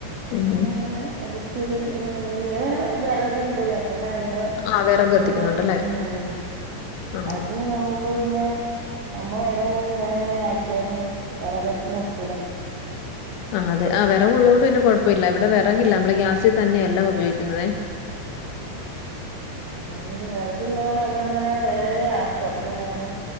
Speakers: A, on the left; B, on the right.
A: ഉം ഉം
B: ഇങ്ങനെ അഡ്ജസ്റ്റ് ചെയ്ത് ഇങ്ങനെ വിറക് ഉണ്ട് പിന്നെ അതി്മ
A: ആഹ് വിറക് കത്തിക്കുന്നുണ്ടല്ലേ
B: കൂടും ഉം
A: ആഹ്
B: അത് പിന്നെ നമ്മള് ഓരോന്ന് വേഗം വേഗംആക്കിയാല് വിറകടപ്പിന് ഒക്കൂല
A: ആ അതെ ആ വിറവുള്ളതോണ്ട് പിന്നെ കൊഴപ്പമില്ല ഇവിടെ
B: ആഹ്
A: വിറകില്ല നമ്മള് ഗ്യാസിൽ തന്നെയ എല്ല ഉപയോഗിക്കുന്നുന്നത് <inaudible>
B: അത് പിന്നെ വിറകുള്ളത് കൊണ്ട് നമ്മൾ അങ്ങനെ വേറെ ആക്കും അപ്പൊ പിന്നെ അങ്ങനെ